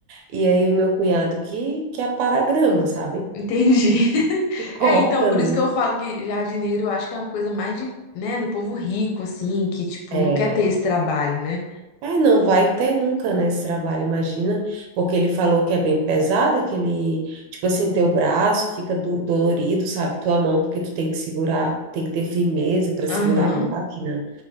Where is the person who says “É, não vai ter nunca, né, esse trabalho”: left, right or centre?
Right